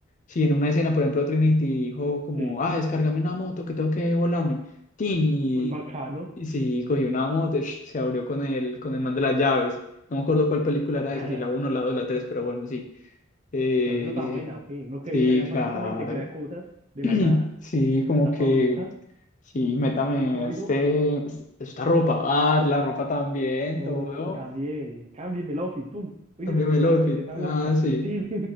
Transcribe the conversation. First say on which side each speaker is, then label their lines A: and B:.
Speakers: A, on the left (about 35°); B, on the right (about 30°).
A: si en una escena, por ejemplo, Trinity dijo como,
B: sí,
A: ah, descárgame una moto que tengo que volarme. Tin, y,
B: pues bacano.
A: y sí, cogió una moto, sh, se abrió con el, con el man de las llaves. No me acuerdo cuál película era
B: <laughs>
A: esa, si la uno la 2 la 3 pero bueno, sí. Eh,
B: Pero eso está buena,
A: y
B: ok. Uno cre-
A: sí,
B: crea
A: sí,
B: prácticamente,
A: claro.
B: crea cosas de
A: <clears throat>
B: la nada,
A: Sí, como
B: las
A: que...
B: fabrica
A: Sí, métame
B: con un código.
A: este, este- esta ropa. Ah, la ropa también,
B: Eh,
A: todo.
B: también, cámbiame el outfit, pum. Uy,
A: Cámbiame
B: se me subió
A: el
B: la
A: outfit.
B: camiseta blanca
A: Ah, sí.
B: y, tin,